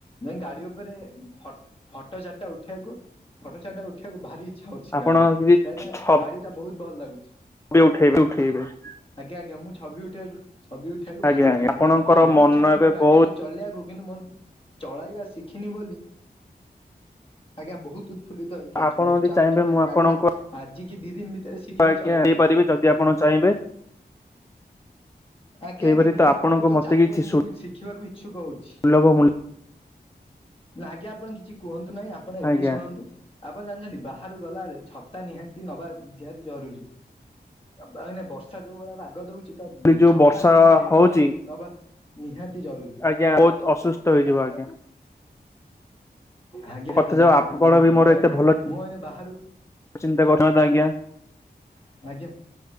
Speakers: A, on the left; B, on the left.
A: ଯାଇ ଗାଡି ଉପରେ ଫଟୋ ଚାରିଟା ଉଠେଇବାକୁ, ଫଟୋ ଚାରିଟା ଉଠେଇବାକୁ ଭାରି ଇଚ୍ଛା ହଉଛି ସେ
B: ଆପଣ
A: ଗାଡି ରେ
B: ଯଦି
A: କାହିଁକି ନା ଗାଡି ଟା ବୋହୁତ୍ ଭଲ ଲାଗୁଛି।
B: <unintelligible>
A: ଆଜ୍ଞା ଆଜ୍ଞ ମୁଁ ଛବି ଉଠାଇବାକୁ, ଛବି ଉଠାଇବାକୁ
B: ଆଜ୍ଞା
A: ଭାରି ଇଚ୍ଛା
B: ଆଜ୍ଞା ଆପଣଙ୍କର
A: ହଉଛି। ମୋର
B: ମନ
A: ଇଚ୍ଛା ହଉଛି
B: ଏବେ
A: ମୁ ଗାଡି
B: ବହୁତ
A: ଟାକୁ ଚଲେଇିବାକୁ କିନ୍ତୁ ମୁଁ ଚଳେଇବା ଶିଖିନି ବୋଲି ଆଜ୍ଞା ବୋହୁତ୍ ଫୁଲିତ ହେଇକି ଅଛି
B: ଆପଣ
A: ମୁଁ
B: ଯଦି
A: ଚାହୁଁଛି
B: ଚାହିଁବେ ମୁଁ ଆପଣଙ୍କୁ
A: ଗାଡି ଆଜିିକି ଦି ଦିନ ଭିତରେ ଶିଖିକି
B: ଆଜ୍ଞା
A: ଚଲେଇଦେବି।
B: ହେପାରିବି ଯଦି ଆପଣ ଚାହିଁବେ।
A: ଆଜ୍ଞା
B: କେହିପରି
A: ଆଜ୍ଞା ନିହାତି
B: ତ ଆପଣଙ୍କୁ
A: ମୁଁ ତ
B: ମତେ
A: ଚାହିଁବାକୁ
B: କିଛି
A: ମୁଁ ଶିଖିବାକୁ ଇଚ୍ଛୁକ ହଉଛି।
B: ସୁଲଭ ମୂଲ୍ୟ
A: ନା ଆଜ୍ଞା ଆପଣ କିଛି କୁହନ୍ତୁ ନାହିଁ ଆପଣ ଏଠି
B: ଆଜ୍ଞା
A: ଶୁଣନ୍ତୁ। ଆପଣ ଜାଣିଛନ୍ତି ବାହାରୁ ଗଲାବେେଳେ ଛତା ନିହାତି ନବା ନିହାତି ଜରୁରୀ। ଏ ବର୍ଷା ଯୋଉ ଭଳିଆ ଭାଗ ଦଉଛି ତ
B: ଏ ଯୋଉ
A: ଛତା
B: ବର୍ଷା
A: କିମ୍ବା ରେନିକୋଟ
B: ହଉଛି
A: ନବା ନିହାତି ଜରୁରି।
B: ଆଜ୍ଞା ବହୁତ ଅସୁସ୍ଥ ହେଇଯିବ ଆଜ୍ଞା
A: ଆଜ୍ଞା ଆଜ୍ଞା।
B: କଥା ଯାଉ
A: ନିହାତି
B: ଆପଣ
A: ନିହାତି
B: ବି ମୋର
A: ମୁଁ
B: ଏତେ ଭଲ
A: ମୁଁ ଏନ ବାହାରୁ
B: ଚିନ୍ତା କରିଥାନ୍ତି ଆଜ୍ଞା।
A: ଆଜ୍ଞା ଆଜ୍ଞା।